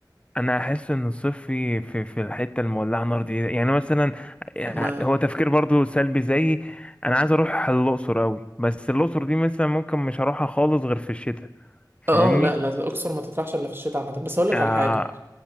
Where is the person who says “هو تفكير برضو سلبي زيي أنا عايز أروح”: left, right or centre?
Left